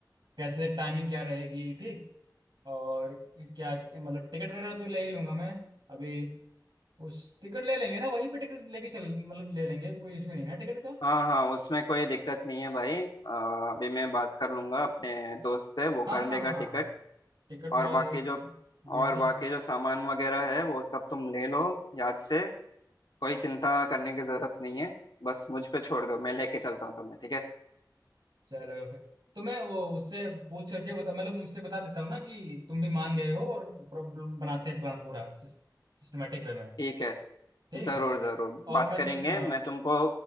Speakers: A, on the right; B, on the left.
A: कैसे टाइमिंग क्या रहेगी ठीक और क्या मतलब टिकट वगैरह तो ले ही लूँगा मैं अभी उस टिकट ले लेंगे ना वहीं पे टिकट लेके चल मतलब ले लेंगे कोई इशू नहीं ना टिकट का
B: हाँ हाँ उसमें कोई दिक्कत नहीं है भाई अ, अभी मैं बात कर लूंगा अपने दोस्त से वो
A: हाँ
B: कर
A: हाँ
B: लेगा
A: हाँ
B: टिकट
A: टिकट तुम्हारा
B: और बाकी
A: दोस्त
B: जो
A: दोस्त
B: और
A: ही
B: बाकी जो सामान वगैरह है वो सब तुम ले लो याद से कोई चिंता करने की जरूरत नहीं है बस मुझ पे छोड़ दो मैं लेके चलता हूँ तुम्हें ठीक है
A: चलो फिर तो मैं वो उससे पूछ करके बता मतलब उससे बता देता हूँ ना कि तुम भी मान गए हो और प्रॉब्लम बनाते हैं प्लान पूरा सिस्टमेटिक वे में
B: ठीक है
A: ठीक
B: जरूर
A: है
B: जरूर
A: और
B: बात
A: मैं
B: करेंगे
A: तुम हाँ
B: मैं तुमको